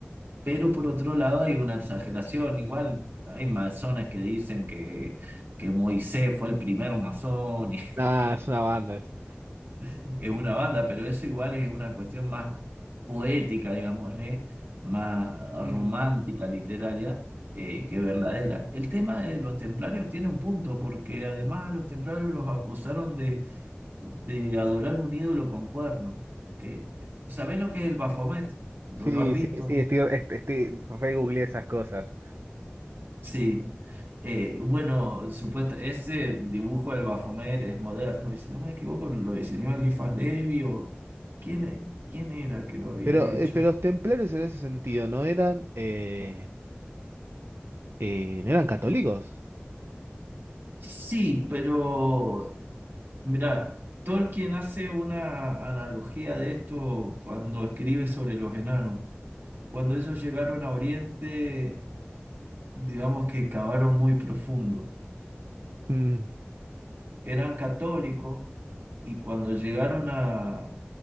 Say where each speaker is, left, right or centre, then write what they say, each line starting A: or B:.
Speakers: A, on the right; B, on the right.
A: Pero por otro lado hay una exageración, igual hay masones que dicen que, que Moisés fue el primer masón, y
B: nada, es una banda. es-
A: <laughs> es una banda, pero eso igual es una cuestión más poética, digámosle, más
B: Mm.
A: romántica, literaria, eh, que verdadera. El tema de los templarios tiene un punto, porque además a los templarios los acusaron de, de adorar un ídolo con cuernos. Que, ¿sabés lo que es el Bafomet? ¿Lo,
B: Sí,
A: lo has visto?
B: sí, sí, estoy, est- estoy, re googleé esas cosas.
A: Sí, Eh, bueno, supuesto, ese dibujo del Baphomet es moderno y si no me equivoco lo diseñó Eliphas Levi o ¿quién, quién era que lo había
B: Pero,
A: hecho?
B: eh, pero los templarios en ese sentido no eran, eh, eh, no eran católicos.
A: Sí, pero mira, Tolkien hace una analogía de esto cuando escribe sobre los enanos. Cuando ellos llegaron a Oriente, digamos que cavaron muy profundo.
B: Mm.
A: Eran católicos y cuando llegaron a,